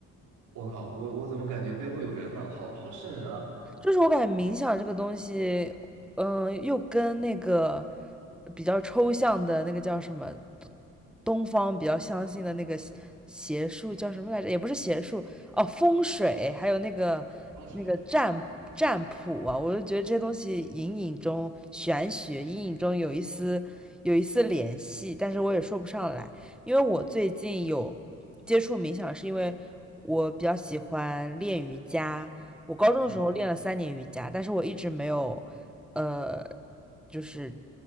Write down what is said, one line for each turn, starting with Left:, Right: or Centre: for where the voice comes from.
Right: 我靠，我我怎么感觉背后有人呢？好好瘆人啊！
Centre: 就是我感觉冥想这个东西，嗯，又跟那个比较抽象的那个叫什么东方比较相信的那个邪术叫什么来着？也不是邪术哦，风水，还有那个那个占占卜啊，
Right: 风水，
Centre: 我就觉得这些东西隐隐中玄学，隐隐中有一丝有一丝联系，但是我也说不上来，因为我最近有接触冥想，是因为我比较喜欢练瑜伽。我高中的时候练了三年瑜伽，
Right: 嗯
Centre: 但是我一直没有呃，就是